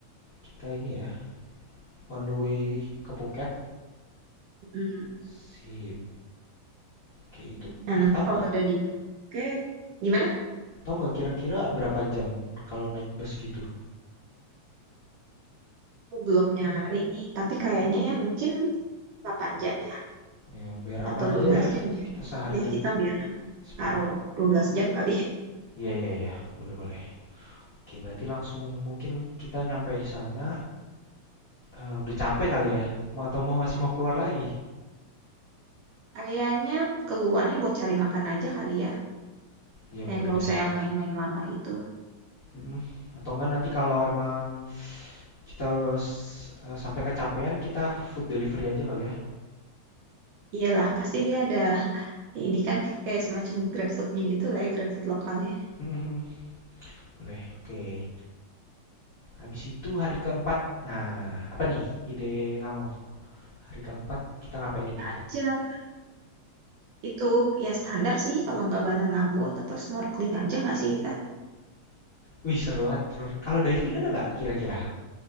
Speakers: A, on the left (about 65°); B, on the right (about 75°).
A: kita ini ya on the way ke Phuket.
B: Hmm.
A: Sip. Oke, itu
B: Nah, nanti
A: tahu
B: kalau
A: nggak?
B: udah di tiket, gimana?
A: Tahu nggak kira-kira berapa jam kalau naik bus gitu?
B: Aku belum nyari nih, tapi kayaknya ya mungkin 8 jam ya,
A: Ya, biar aman
B: atau dua
A: aja
B: belas
A: ya.
B: jam ya.
A: Kita seharian
B: Ya, kita biar aman,
A: spare.
B: taruh 12 jam kali ya.
A: Iya, iya, iya. Boleh, boleh. Oke, berarti langsung mungkin kita nyampe di sana. Eh, udah capek kali ya? Mau atau mau masih mau keluar lagi?
B: Kayaknya keluarnya buat cari makan aja kali ya,
A: Iya, boleh
B: yang nggak
A: deh.
B: usah yang main-main lama itu.
A: Mm-mm. Atau enggak nanti kalau emang kita s- eh, sampai kecapean, kita food delivery aja kali ya.
B: Iyalah, pasti dia ada ini kan kayak semacam GrabFood-nya gitu lah ya, GrabFood lokalnya.
A: Mm-mm. Boleh. Oke. Habis itu hari keempat. Nah, apa nih ide kamu? Hari keempat kita ngapain di Phuket?
B: Aja, itu ya standar sih kalau nggak banana boat atau snorkeling aja nggak sih kita?
A: Wih, seru banget. Kalau diving ada nggak kira-kira?